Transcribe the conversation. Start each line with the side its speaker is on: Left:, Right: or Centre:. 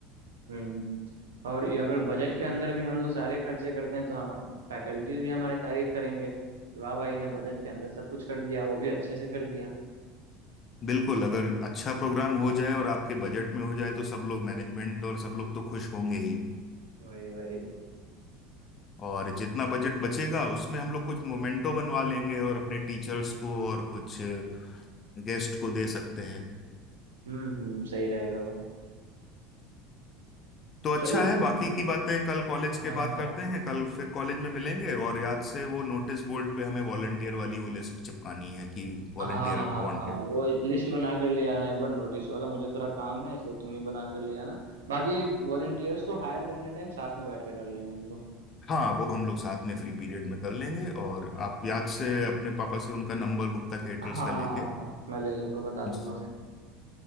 Right: हम्म और ये अगर बजट के अंदर भी हम लोग सारे खर्चे करते हैं तो हम फैकल्टीज भी हमारी तारीफ करेंगे कि वाह भाई ने बजट के अंदर सब कुछ कर दिया वो भी अच्छे से कर दिया
Left: बिल्कुल अगर अच्छा प्रोग्राम हो जाए और आपके बजट में हो जाए तो सब लोग मैनेजमेंट और सब लोग तो खुश होंगे ही
Right: वही वही
Left: और जितना बजट बचेगा उसमें हम लोग कुछ मोमेंटो बनवा लेंगे और अपने टीचर्स को और कुछ गेस्ट को दे सकते हैं
Right: हम्म हम्म सही रहेगा वो
Left: तो अच्छा
Right: चलो
Left: है
Right: फिर
Left: बाकी की बातें कल कॉलेज
Right: हाँ
Left: के बाद
Right: हाँ
Left: करते हैं कल फिर कॉलेज में मिलेंगे और याद से वो नोटिस बोर्ड पे हमें वॉलंटियर वाली वो लिस्ट चिपकानी है कि वॉलंटियर
Right: हाँ हाँ
Left: वांटेड
Right: हाँ वो लिस्ट बना कर ले आना एक बार नोटिस वाला मुझे थोड़ा काम है इसलिए तुम ही बना कर ले आना बाकी वॉलेंटियर्स को हायर करने टाइम साथ में बैठ के कर लेंगे हम लोग
Left: हाँ वो हम लोग साथ में फ्री पीरियड में कर लेंगे और आप याद से अपने पापा से उनका नंबर गुप्ता केटरर्स
Right: हाँ
Left: का
Right: हाँ
Left: लेके
Right: हाँ हाँ मैं ले लूंगा बता
Left: ठीक
Right: दूंगा फिर